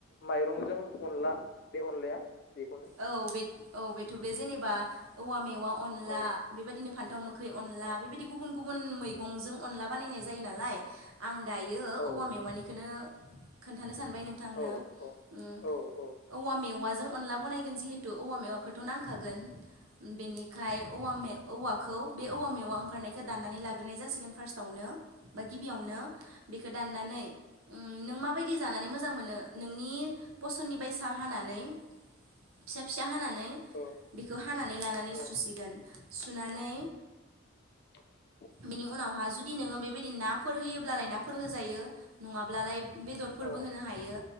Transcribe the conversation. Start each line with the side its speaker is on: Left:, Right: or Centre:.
Left: माइरंजों अनला बे अनलाया बेखौनो
Right: औ बेद औ बेथ' बे जेनेबा औवा मे वा अनला
Left: औ
Right: बे बादिनो फान्थाव मोखै अनला
Left: औ
Right: बेबादि गुबन गुबुन मैगंजों अनला बानायनाय जायो नालाय आं दायो
Left: औ
Right: औवा मेवानिखोनो खोन्थानो सानबाय नोंथांनो।
Left: औ औ
Right: ओम
Left: औ औ
Right: औवा मेवाजों अनला बनाय गोन जिहेतु औवा मेवाखौथ' नांखागोन। बेनिखाय औवा मेव औवाखौ बे औवा मेवा ओंखारनायखौ दाननानै लाग्रोनाय जासिगोन फार्स्टावनो। बा गिबियावनो बेखौ दाननानै ओम नों माबायदि जानानै मोजां मोनो नोंनि फसननि बायसा हानानै फिसा फिसा हानानै
Left: औ
Right: बेखौ हानानै लानानै
Left: औ
Right: सुसिगोन, सुनानै
Left: <inaudible>
Right: बेनि उनावहा जुदि नोङो बेबायदि नाफोर होयोब्लालाय नाफोर होजायो, नङाब्लालाय बेदरफो फोरबो
Left: औ
Right: होनो हायो।